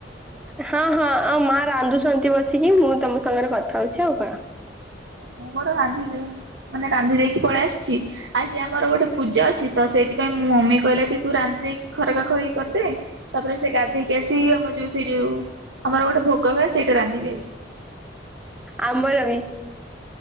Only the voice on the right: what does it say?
ମୁଁ ମୋର ରାନ୍ଧିକିରୁ ମାନେ ରାନ୍ଧି ଦେଇକି ପଳେଇ ଆସିଛି ଆଜି ଆମର ଗୋଟେ ପୂଜା ଅଛି ତ ସେଇଥିପାଇଁ ମୁଁ ମମି କହିଲା କି ତୁ ରାନ୍ଧି ଦେଇକି ଖରକା ଖରକି କରିଦେ ତାପରେ ସେ ଗାଧେଇକି ଆସି ଆମର ଯୋଉ ସେଇ ଯୋଉ ଆମର ଗୋଟେ ଭୋଗ ହୁଏ ସେଇଟା ରାନ୍ଧିବି ଆଜି।